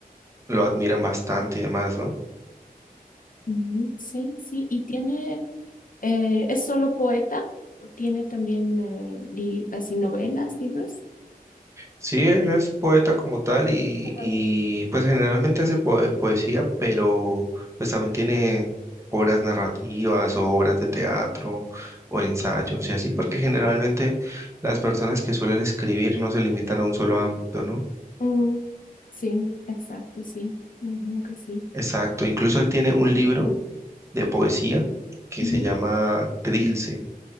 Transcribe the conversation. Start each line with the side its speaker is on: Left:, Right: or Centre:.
Right: lo admiran bastante y demás, ¿no?
Left: ujú, Sí, sí. Y tiene, eh, ¿es solo poeta? ¿O tiene también eh, li- así novelas, libros?
Right: Sí, él es poeta como tal y,
Left: Ajá.
Right: y pues generalmente hace poe- poesía, pero pues también tiene obras narrativas o obras de teatro o ensayos y así, porque generalmente las personas que suelen escribir no se limitan a un solo ámbito, ¿no?
Left: Mm, sí, exacto, sí. Ujú, que sí.
Right: Exacto, incluso él tiene un libro de poesía que
Left: Ujú,
Right: se llama Trilce.